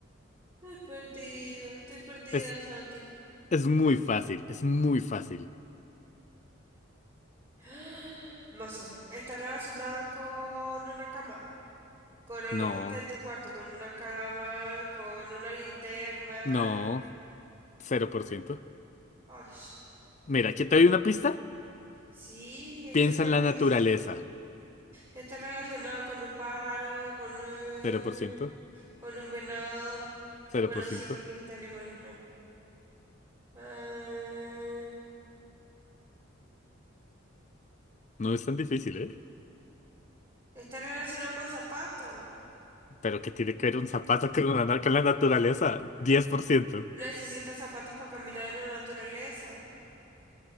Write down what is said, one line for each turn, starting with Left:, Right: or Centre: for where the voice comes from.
Right: Estoy perdida. Estoy perdida,
Left: Es,
Right: Santi.
Left: es muy fácil, es muy fácil.
Right: <gasps> No sé, está relacionada con una cama, con algo
Left: No,
Right: que está en tu cuarto, con una cama, con una linterna.
Left: no, cero por ciento
Right: Ay,
Left: Mira, aquí te doy una pista.
Right: sí, estoy
Left: Piensa
Right: perdida.
Left: en la naturaleza,
Right: Está relacionado con un pájaro, con un,
Left: cero cero por ciento
Right: con un venado.
Left: cero
Right: Bueno,
Left: por ciento
Right: sí, porque dijiste animales, no. Ah,
Left: No es tan difícil, ¿eh?
Right: está relacionado con zapatos.
Left: Pero que tiene que ver un zapato con una na- con la naturaleza. diez por ciento
Right: Necesita zapatos para caminar en la naturaleza.